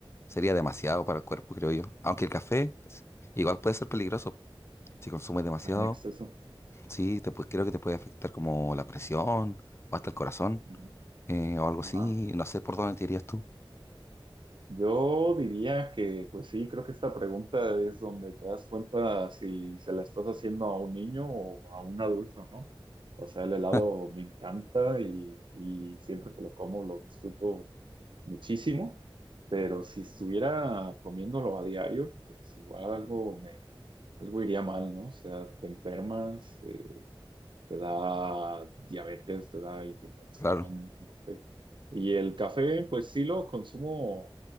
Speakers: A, on the left (about 30°); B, on the right (about 60°).
A: sería demasiado para el cuerpo, creo yo. Aunque el café s- igual puede ser peligroso, si consumes demasiado,
B: Ajá, En exceso.
A: sí, te, pu- creo que te puede afectar como la presión o hasta el corazón
B: Ujú.
A: eh, o algo
B: Ajá.
A: así, no sé por dónde te irías tú.
B: Yo diría que, pues sí, creo que esta pregunta es donde te das cuenta si se la estás haciendo a un niño o a un adulto, ¿no? O sea, el helado
A: <laughs>
B: me encanta y, y siempre que lo como lo disfruto muchísimo, pero si estuviera comiéndolo a diario, pues igual algo me, algo iría mal, ¿no? O sea, te enfermas, eh, te da diabetes, te da hipertensión,
A: Claro,
B: no sé. Y el café, pues sí lo consumo